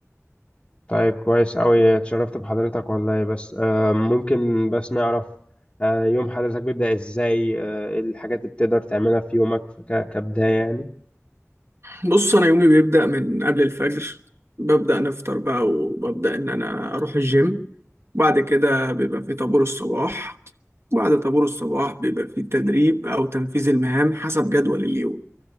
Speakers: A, on the left; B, on the right.
A: طيب كويس أوي اتشرفت بحضرتك والله بس آه، ممكن بس نعرف آه، يوم حضرتك بيبدأ ازاي آه، ايه الحاجات اللي بتقدر تعملها في يومك ك- كبداية يعني
B: بص انا يومي بيبدأ من قبل الفجر ببدأ نفطر بقى وببدأ ان انا اروح الجيم بعد كده بيبقى في طابور الصباح بعد طابور الصباح بيبقى في تدريب او تنفيذ المهام حسب جدول اليوم